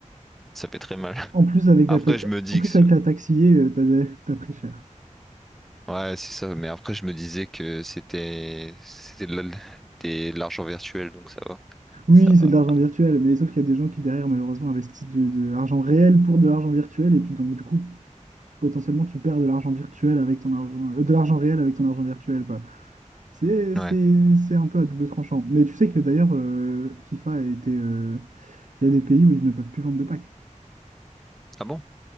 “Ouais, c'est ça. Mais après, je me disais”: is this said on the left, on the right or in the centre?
Centre